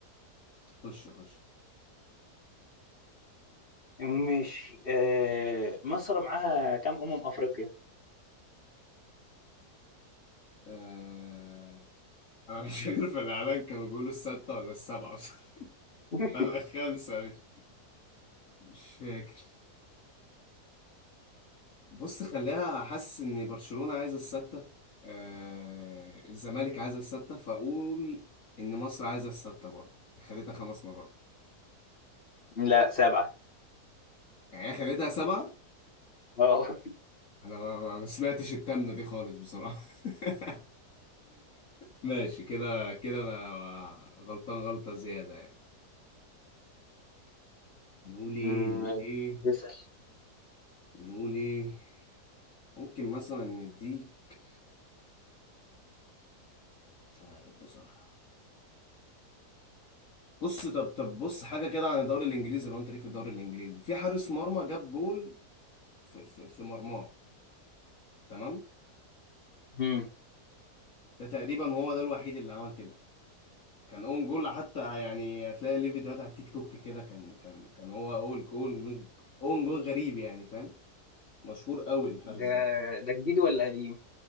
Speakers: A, on the left (about 55°); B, on the left (about 35°).
A: خش خش
B: ماشي آه مصر معاها كام أمم أفريقيا؟
A: آه... انا مش فاكر في الاعلان كانوا بيقولوا الستة ولا السبعة <laughs> بصراحة.
B: <laughs>
A: ولا الخمسة مش مش فاكر بص خليها حاسس ان برشلونة عايزة الستة آه الزمالك عايزة الستة فاقول ان مصر عايزة الستة برضه خدتها خمس مرات
B: لا سبعة
A: يعني هي خدتها سبعة
B: اه
A: انا ما, ما ما سمعتش التامنة دي خالص بصراحة <laughs> ماشي كده كده انا غلطان غلطة زيادة يعني نقول ايه
B: أمم،
A: نقول ايه
B: اسأل
A: نقول ايه ممكن مثلا نديك مش عارف بصراحة بص طب طب بص حاجة كده عن الدوري الإنجليزي لو أنت ليك في الدوري الإنجليزي في حارس مرمى جاب جول في في, في مرماه تمام
B: مم.
A: ده تقريبا هو ده الوحيد اللي عمل كده كان اون جول حتى يعني هتلاقي ليه فيديوهات على التيك توك كده كان كان كان هو اول جول اون جول غريب يعني فاهم مشهور قوي الحارس
B: ده
A: ده
B: ده جديد ولا قديم؟